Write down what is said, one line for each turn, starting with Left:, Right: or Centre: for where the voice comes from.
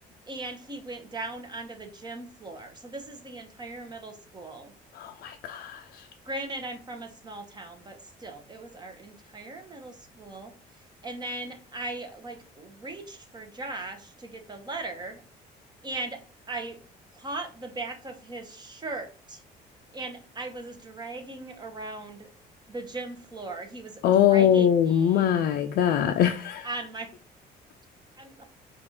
Right: And he went down onto the gym floor. So this is the entire middle school.
Left: Oh my gosh.
Right: Granted, I'm from a small town, but still, it was our entire middle school. And then I like reached for Josh to get the letter and I caught the back of his shirt and I was dragging around the gym floor. He was
Left: Oh
Right: dragging me
Left: my God. <laughs>
Right: on my <laughs> on,